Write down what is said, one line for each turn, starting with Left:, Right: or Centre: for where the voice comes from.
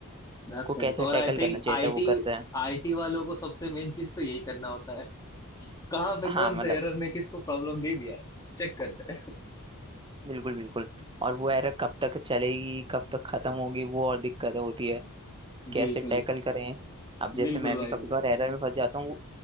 Left: That's
Right: को
Left: correct
Right: कैसे
Left: और
Right: टैकल
Left: आई थिंक
Right: करना चाहिए
Left: आईटी
Right: था वो करते हैं
Left: आईटी वालों को सबसे मेन चीज तो यही करना होता है कहाँ पे
Right: हाँ
Left: कौन
Right: मतलब
Left: से एरर ने किसको प्रॉब्लम दे दिया है चेक करते हैं
Right: बिल्कुल बिल्कुल और वो एरा कब तक चलेगी कब तक खत्म होगी वो और दिक्कत होती है
Left: <laughs>
Right: कैसे
Left: बिल्कुल
Right: टैकल करें अब जैसे
Left: बिल्कुल
Right: मैं
Left: भाई
Right: भी कभी
Left: बिल्कुल
Right: कभार एरर में फंस जाता हूँ वो